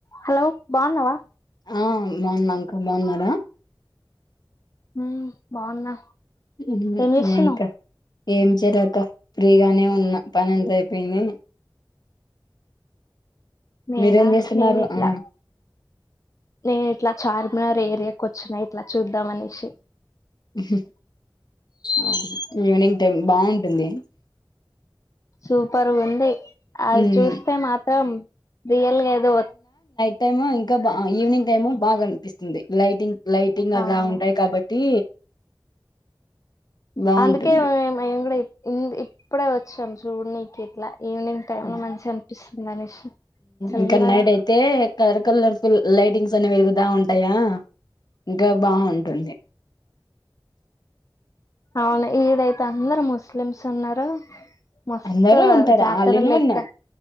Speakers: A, on the left (about 40°); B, on the left (about 55°).
A: Hello బాగున్నావా
B: ఆ బాగున్నాంక బాగున్నారా
A: ఉ బాగున్నా
B: ఉహు
A: ఏం చేస్తున్నావు
B: ఇంకా ఏం చేయలేక ఫ్రీగానే ఉన్నా పనిన్ అయ్యిపోయింది
A: నేనా
B: మీరేం చేస్తున్నారు
A: నేను ఇట్లా
B: ఆ
A: నేను ఇట్లా చార్మినార్ ఏరియాకు వచ్చిన ఇట్లా చూద్దాం అనేసి
B: ఉహు ఉ ఈవినింగ్ టైమ్ బాగుంటుంది
A: సూపరు ఉంది అది
B: ఉమ్
A: చూస్తే మాత్రం రియల్గా ఏదో
B: టైమ ఇంకా బా ఈవినింగ్ టైము బాగా అనిపిస్తుంది లైటింగ్ లైటింగ్ ఆదా
A: అవును
B: ఉంటాయి కాబట్టి బాగుంటుంది
A: అందుకే ఏం ఏమ్ గుడే ఈద్ ఇప్పుడే వచ్చాం చూనీకి ఇట్లా ఈవినింగ్ టైమ్
B: ఉమ్
A: లో మంచిగా అనిపిస్తుంది అనేష్ చల్లగా
B: ఇంకా నైట్ అయితే కలర్ కలర్ ఫుల్ లైటింగ్స్ అనేవి వెలుగుతా ఉంటాయా ఇంకా బాగుంటుంది
A: అవును ఈడ అయితే అందరు ముస్లిమ్స్ ఉన్నారు మస్త్
B: అందరూ ఉంటారు
A: జాతర
B: ఆల్ ఇన్
A: లెక్క
B: వన్